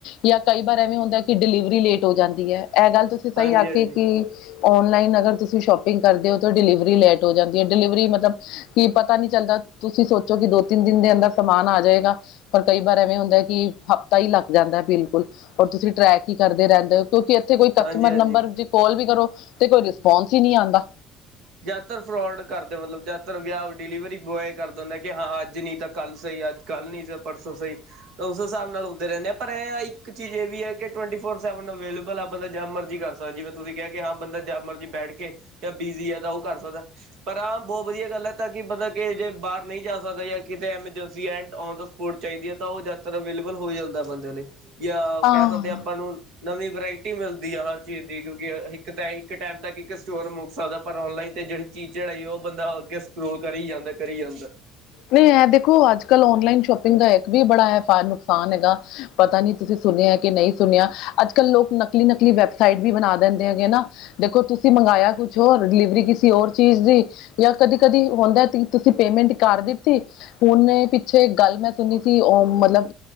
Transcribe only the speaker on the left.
ਜਾਂ ਕਈ ਵਾਰ ਐਵੇਂ ਹੁੰਦਾ ਕਿ ਡਿਲੀਵਰੀ ਲੇਟ ਹੋ ਜਾਂਦੀ ਹੈ ਇਹ ਗੱਲ ਤੁਸੀਂ ਹੈ
ਸਹੀ ਆਖ ਕਿ ਆਨਲਾਈਨ ਅਗਰ ਤੁਸੀਂ ਸ਼ੋਪਿੰਗ ਕਰਦੇ ਹੋ, ਡਿਲੀਵਰੀ ਲੇਟ ਹੋ ਜਾਂਦੀ ਹੈ ਡਿਲੀਵਰੀ ਮਤਲਬ ਕੀ ਪਤਾ ਨੀ ਚੱਲਦਾ ਤੁਸੀਂ ਸੋਚੋ ਕਿ ਦੋ ਤਿੰਨ ਦਿਨ ਦੇ ਅੰਦਰ ਸਮਾਨ ਆ ਜਾਏਗਾ। ਪਰ ਕਈ ਵਾਰ ਐਵੇਂ ਹੁੰਦਾ ਕਿ ਹਫ਼ਤਾ ਹੀ ਲੱਗ ਜਾਂਦਾ ਬਿਲਕੁਲ ਔਰ ਤੁਸੀਂ ਟਰੈਕ ਹੀ ਕਰਦੇ ਰਹਿੰਦੇ ਹੋ। ਕਿਉਂਕਿ ਇੱਥੇ ਕੋਈ ਕਸਟਮਰ
ਨੰਬਰ ਜੇ ਕੋਲ ਵੀ ਕਰੋ ਤੇ ਕੋਈ ਰਿਸਪੋਂਸ ਹੀ ਨਹੀਂ ਆਉਂਦਾ।
ਹਾਂ
ਨਹੀਂ ਇਹ ਦੇਖੋ ਅੱਜ ਕੱਲ੍ਹ ਆਨਲਾਈਨ ਸ਼ੋਪਿੰਗ ਦਾ ਇੱਕ ਵੀ ਬੜਾ ਇਹ ਨੁਕਸਾਨ ਹੈਗਾ ਪਤਾ ਨੀ, ਤੁਸੀਂ ਸੁਣਿਆ ਕਿ ਨਹੀਂ ਸੁਣਿਆ ਅੱਜ ਕੱਲ੍ਹ ਲੋਕ ਨਕਲੀ ਨਕਲੀ ਵੈਬਸਾਈਟ ਵੀ ਬਣਾ ਦਿੰਦੇ ਹੈਗੇ ਨਾ, ਦੇਖੋ ਤੁਸੀਂ ਮੰਗਾਇਆ ਕੁਛ ਹੋਰ ਡਿਲੀਵਰੀ ਕਿਸੇ ਹੋਰ ਚੀਜ਼ ਦੀ, ਜਾਂ ਕਦੀ ਕਦੀ ਹੁੰਦਾ ਤੁਸੀਂ ਪੇਮੈਂਟ ਕਰ ਦਿੱਤੀ ਦਿੱਤੀ ਹੁਣ ਮੈਂ ਪਿੱਛੇ ਗੱਲ ਮੈਂ ਸੁਣੀ ਸੀ ਉਹ ਮਤਲਬ,